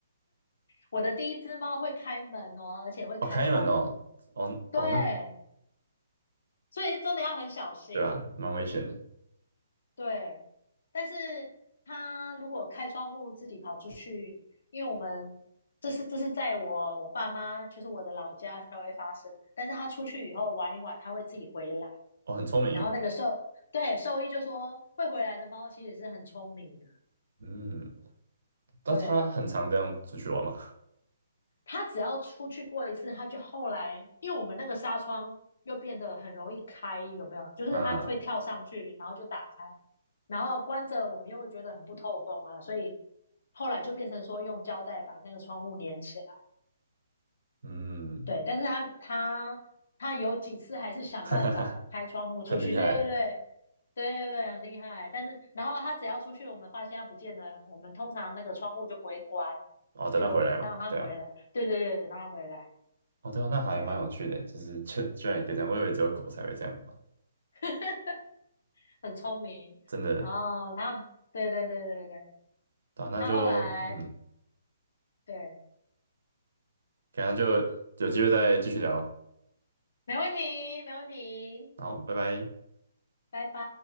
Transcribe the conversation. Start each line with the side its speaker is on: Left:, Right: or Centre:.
Left: 我的第一只猫会开门哦，而且会开窗户。
Right: 哦，开门哦，哦哦，
Left: 对，
Right: 那
Left: 所以真的要很小心。
Right: 对啊，蛮危险的。
Left: 对，但是他如果开窗户自己跑出去，因为我们这是这是在我我爸妈就是我的老家才会发生的。但是他出去以后玩一玩，他会自己回来。
Right: 哦，很聪明耶
Left: 然后那个兽，对，兽医就说会回来的猫其实是很聪明的。
Right: 嗯。但他很常这样出去玩嘛。
Left: 对，他只要出去过一次，他就后来，因为我们那个纱窗又变得很容易开，有没有？就是他会跳上去，
Right: 啊，
Left: 然后就打开，然后关着，我们又会觉得很不透风啊，所以后来就变成说用胶带把那个窗户粘起来。
Right: 嗯，
Left: 对，但是他他他有几次还是想办法开窗户出去，
Right: <laughs> 哈哈很厉害。
Left: 对对对。对对对，很厉害。但是，然后他只要出去，我们发现他不见了，我们通常那个窗户就不会关，
Right: 哦，等他回来嘛。
Left: 就等到他回来。
Right: 对啊，
Left: 对对对，等到他回来。
Right: 哦，对啊，那还蛮有趣的，
Left: 对啊，
Right: 就是 <laughs> 居居然也可以这样，我以为只有狗才会这样玩，
Left: <laughs> 很聪明。
Right: 真的。
Left: 然后他，对对对对对，
Right: 对啊，那就嗯，
Left: 他后来，对，
Right: 可能就有机会再继续聊咯。
Left: 没问题，没问题，
Right: 好，拜拜。
Left: 拜拜。